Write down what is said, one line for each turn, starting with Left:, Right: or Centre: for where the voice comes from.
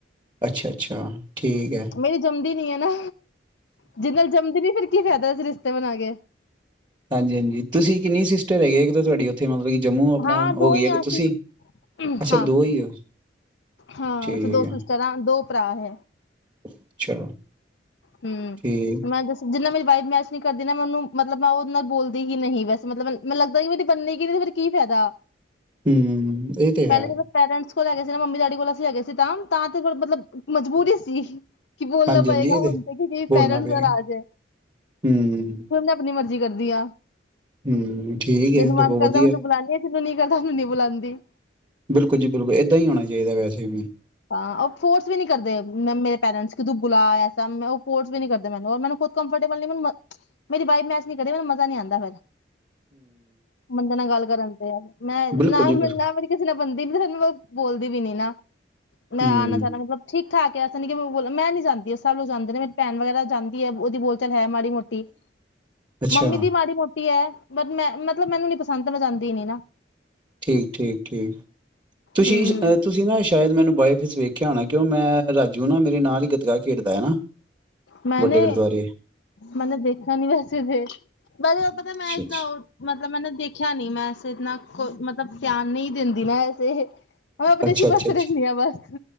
Right: ਅੱਛਾ-ਅੱਛਾ ਠੀਕ ਐ।
Left: ਫਿਰ ਜੰਮਦੀ ਨੀ ਐ ਨਾ, ਜਿਦੇ ਨਾਲ ਜੰਮਦੀ ਨਹੀਂ ਫਿਰ ਕੀ ਫਾਇਦਾ ਐਸੇ ਰਿਸ਼ਤੇ ਬਣਾ ਕੇ
Right: ਹਾਂਜੀ- ਹਾਂਜੀ, ਤੁਸੀਂ ਕਿੰਨੀ ਸਿਸਟਰ ਹੈਗੇ ਇੱਕ ਤਾਂ ਤੁਹਾਡੀ ਉੱਥੇ ਮਤਲਬ ਕਿ ਜੰਮੂ ਆਪਣਾ
Left: ਹਾਂ
Right: ਹੋ
Left: ਦੋ
Right: ਗਈ
Left: ਹੀ
Right: ਹੈ
Left: ਹਾਂ
Right: ਕਿ
Left: ਅਸੀਂ
Right: ਤੁਸੀਂ, ਅੱਛਾ
Left: ਹਾਂ
Right: ਦੋ ਹੀ ਹੋ।
Left: ਹਾਂ,
Right: ਠੀਕ
Left: ਅਸੀਂ ਦੋ ਸਿਸਟਰਾਂ
Right: ਹੈ
Left: ਆ, ਦੋ ਭਰਾ ਹੈ।
Right: ਅੱਛਾ
Left: ਹੂੰ,
Right: ਠੀਕ
Left: ਮੈਂ ਦੱਸ ਜਿੰਨਾ ਮੇਰੀ ਵਾਈਫ ਮੈਸ਼ੀ ਕਰਦੀ ਮੈਂ ਉਹਨੂੰ ਮਲ ਮੈਂ ਉਹਦੇ ਨਾਲ ਬੋਲਦੀ ਹੀ ਨਹੀਂ ਵੈਸ ਮਤਲਬ ਮੈਨੂੰ ਲੱਗਦਾ ਕਿ ਮੇਰੀ ਬਨੇਗੀ ਫੇਰ। ਕੀ ਫਾਇਦਾ।
Right: ਹੂੰ, ਇਹ ਤੇ ਹੈ।
Left: ਪਹਿਲੇ ਜਦੋਂ ਪੇਰੈਂਟਸ ਕੋਲ ਹੈਗੇ ਸੀ ਨਾ ਮੰਮੀ ਡੈਡੀ ਕੋਲ ਸੀ ਹੈਗੇ ਸੀ ਤਾਂ, ਤਾਂ ਤੇ ਮਤਲਬ ਮਜਬੂਰੀ ਸੀ। ਕੀ ਬੋਲਣਾ
Right: ਹਾਂਜੀ
Left: ਪੇਗਾ।
Right: ਹਾਂਜੀ ਇਹ
Left: ਹੁਣ ਤੇ ਕਿਹੜਾ
Right: ਬੋਲਣਾ
Left: ਪੈਰੈਂਟਰ
Right: ਪਏਗਾ
Left: ਦਾ ਰਾਜ ਐ।
Right: ਹੂੰ
Left: ਆਪਣੀ ਮਰਜ਼ੀ ਕਰਦੀ ਆ।
Right: ਹੂੰ ਠੀਕ
Left: ਜਿਹਨੂੰ
Right: ਹੈ ਸਗੋਂ
Left: ਮਨ ਕਰਦਾ
Right: ਵਧੀਆ
Left: ਉਹਨੂੰ ਬੁਲਾਣੀ ਆ। ਜਿਹਨੂੰ ਨੀ ਕਰਦਾ ਉਹਨੂੰ ਨੀ ਬੁਲਾਦੀ।
Right: ਬਿਲਕੁਲ ਜੀ, ਬਿਲਕੁਲ ਇੱਦਾਂ ਹੀ ਹੋ ਚਾਹੀਦਾ ਵੈਸੇ ਵੀ।
Left: ਹਾਂ, ਉਹ ਫੋਰਸ ਵੀ ਨੀ ਕਰਦੇ। ਮੈਂ ਮੇਰੇ ਪੈਰੈਂਟਸ ਕਿ ਤੂੰ ਬੁਲਾ ਐਸਾ ਮੈਂ ਉਹ ਫੋਰਸ ਵੀ ਨੀ ਕਰਦੇ, ਮੈਨੂੰ ਔਰ ਮੈਨੂੰ ਖੁਦ ਕੰਫਰਟੇਬਲ ਨਈ, ਮੇਰੀ ਵਾਈਫ ਮੈਸ ਨਈ ਦੇ ਰਿਹੀਂ ਮੈਨੂੰ ਮਜ਼ਾ ਨੀ ਆਂਦਾ ਫਿਰ ਬੰਦੇ ਨਾਲ ਗੱਲ ਕਰਨ ਤੇ ਆ, ਮੈਂ ਨਾ
Right: ਬਿਲਕੁਲ ਜੀ
Left: ਬ ਮੇਰੀ
Right: ਬਿਲਕੁਲ
Left: ਕਿਸੇ ਨਾਲ ਬਣਦੀ ਵੀ, ਫਿਰ ਬੋਲਦੀ ਵੀ ਨਈ ਨਾ, ਮੈਂ
Right: ਹੂੰ
Left: ਆ ਜਾ ਜਾਣਾ ਮਤਲੱਬ, ਠੀਕ -ਠਾਕ ਅਸਾਂ ਨੀ ਕਿ ਬੋਲ ਮੈਂ ਨਈ ਜਾਂਦੀ, ਸਭ ਜਾਂਦੇ ਨੇ, ਭੈਣ ਵਗੈਰਾ ਜਾਂਦੀ ਏ ਉਹਦੀ ਬੋਲ -ਚਾਲ ਮਾੜੀ- ਮੋਟੀ
Right: ਅੱਛਾ
Left: ਮੰਮੀ ਦੀ, ਮਾੜੀ -ਮੋਟੀ ਹੈ, ਬਟ ਮੈਂ ਮਤਲੱਬ ਮੈਨੂੰ ਨਹੀਂ ਪਸੰਦ ਮੈਂ ਜਾਂਦੀ ਨਈ ਨਾ
Right: ਠੀਕ, ਠੀਕ-ਠੀਕ ਤੁਸੀਂ
Left: ਹਮ
Right: ਤੁਸੀਂ ਨਾ, ਸ਼ਾਇਦ ਮੈਨੂੰ ਬਾਈਫੇਸ ਵੇਖਿਆ ਹੋਣਾ, ਕਿਉਂ ਮੈਂ ਰਾਜੂ, ਨਾ ਮੇਰੇ ਨਾਲ ਹੀ ਗੱਤਕਾ ਖੇਡਦਾ ਹੈ ਨਾ।
Left: ਮੈਂਨੇ
Right: ਵੱਡੇ ਗੁਰਦੁਆਰੇ
Left: -ਮੈਂਨੇ ਦੇਖਿਆ ਨੀ ਵੈਸੇ ਫਿਰ ਬਾਰੇ, ਉਹ ਪਤਾ
Right: ਅੱਛਾ
Left: ਮੈਂ ਇਸ
Right: ਅੱਛਾ
Left: ਮਤਲੱਬ ਮੈ ਦੇਖਿਆ ਨੀ, ਮੈਂ ਐੇ ਇਤਨਾ ਮਤਲੱਬ ਧਿਆਨ ਨਈ ਦਿੰਦੀ ਮੈਂ ਐਸੇ ਓਂ ਆਪਣੇ
Right: ਅੱਛਾ
Left: ਚ,
Right: ਅੱਛਾ
Left: ਮਸਤ ਰਹਿੰਦੀ
Right: ਅੱਛਾ
Left: ਆ ਬਸ।